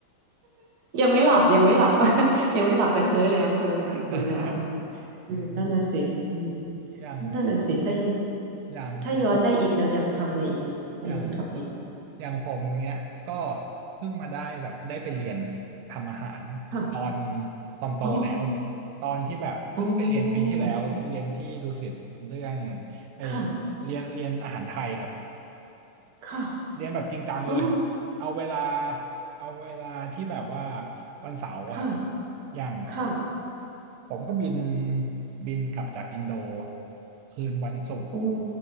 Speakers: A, on the right; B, on the right.
A: ยังไม่หลับยังไม่หลับ <laughs> ยังไม่หลับแต่เพ้อแล้วเพ้อแล้วเพ้อแล้วเออ
B: <laughs>
A: เออนั่นน่ะสิอืม
B: อืมอย่าง
A: นั่นน่ะสิถ้า
B: อย่างผม
A: ถ้าย้อนได้อีกเราจะทำอะไรอีกถ้าย้อนกลับไปอีก
B: อย่าง อย่างผมอย่างเงี้ยก็เพิ่งมาได้แบบได้ไปเรียนทำอาหารตอน
A: ค่ะ
B: ตอนโตแล้ว
A: อ๋อ
B: ตอนที่แบบเพิ่งไปเรียนปีที่แล้วที่เรียนที่ดุสิตเรื่อง
A: อ๋อ
B: ไอ
A: ค่ะ
B: เรียนเรียนอาหารไทยครับ
A: ค่ะ
B: เรียนแบบจริงจังเลย
A: อ๋อ
B: เอาเวลาเอาเวลาที่แบบว่าวันเสาร์อะครับ
A: ค่ะ
B: อย่าง
A: ค่ะ
B: ผมก็บินบินกลับจากอินโดคืนวันศุกร์
A: โอ้